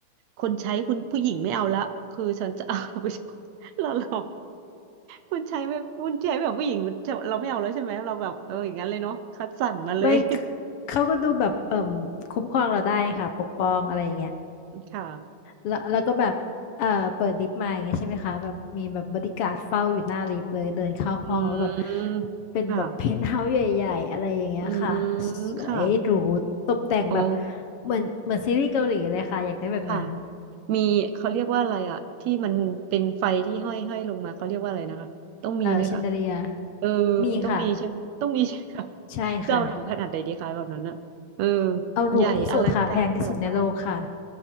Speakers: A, on the right; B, on the left.
A: คนใช้คุณผู้หญิงไม่เอาละคือฉันจะเอาผู้ชายเราเราคนใช้ <laughs> ไม่คุณใช้แบบผู้หญิงเราไม่เอาแล้วใช่ไหมเราแบบเอออย่างนั้นเลยเนาะคัดสรรมาเลย
B: ไม่เขาก็ดูแบบเอ่มคุ้มครองเราได้ค่ะปกป้องอะไรอย่างเงี้ย
A: <laughs> อืมค่ะ
B: แล้วแล้วก็แบบเอ่อเปิดลิฟต์มาอย่างเงี้ยใช่ไหมคะแบบมีแบบบอดี้การ์ดเฝ้าอยู่หน้าลิฟต์เลยเดินเข้าห้องแล้วแบบ
A: อืม
B: เป็นแบบเพนท์เฮาส์ใหญ่ๆอะไรอย่างเงี้ยค่ะ
A: ค่ะอืมค่ะ
B: สวยหรูตกแต่งแบบ
A: อ๋อ
B: เหมือนเหมือนซีรีส์เกาหลีเลยค่ะอยากได้แบบนั้น
A: ค่ะมีเขาเรียกว่าอะไรอะที่มันเป็นไฟที่ห้อยห้อยลงมาเขาเรียกว่าอะไรนะคะต้องมีไหมคะ
B: เอ่อแชนเดเลีย
A: เออ
B: มีค่ะ
A: ต้องมีใช่ไหมต้องมีใช่ไหมคะ
B: ใช่ค่ะ
A: จะเอาหรูขนาดไหนดีคะแบบนั้นอะเออ
B: เอาหรูที่สุดค่ะแพงที่สุดในโลกค่ะ
A: ใหญ่อลังการแบบว่า